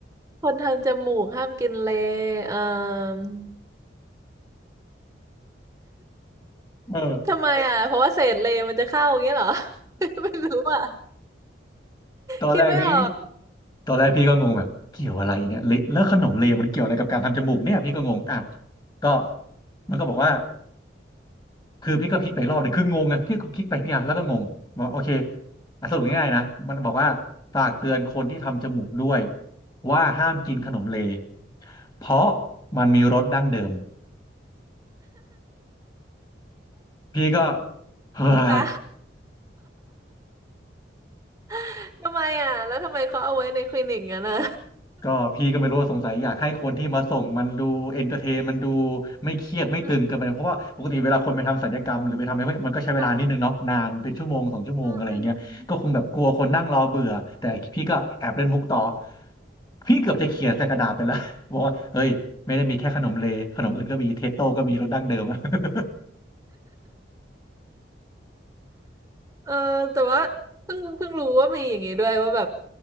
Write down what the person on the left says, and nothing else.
เออ
<laughs> ตอนแรกพี่
ตอนแรกพี่ก็งงแบบเกี่ยวอะไรเนี่ยเละแล้วขนมเลวมันเกี่ยวอะไรกับการทำจมูกเนี่ยพี่ก็งงอ่ะก็มันก็บอกว่า คือพี่ก็พลิกไปรอบเลยคืองงไงพี่ก็คลิกไปพี่อ่ะแล้วก็งงบอกโอเคอ่ะสรุปง่ายๆนะมันบอกว่าฝากเตือนคนที่ทำจมูกด้วยว่าห้ามกินขนมเลเพราะมันมีรสดั้งเดิมพี่ก็เฮ้ย
ก็พี่ก็ไม่รู้ว่าสงสัยอยากให้คนที่มาส่งมันดูเอนเตอร์เทนมันดูไม่เครียดไม่ตึงเกินไปเพราะว่าปกติเวลาคนไปทำศัลยกรรมหรือไปทำอะไรพวกนี้มันก็ใช้เวลานิดนึงเนาะนานเป็นชั่วโมงสองชั่วโมงอะไรอย่างเงี้ยก็คงแบบกลัวคนนั่งรอเบื่อแต่พี่ก็แอบเล่นมุกต่อ
พี่เกือบจะเขียนใส่กระดาษไปแล้ว <laughs> บอกว่าเฮ้ยไม่ได้มีแค่ขนมเลขนมอื่นก็มีเทสโต้ก็มีรสดั้งเดิมอะ <laughs>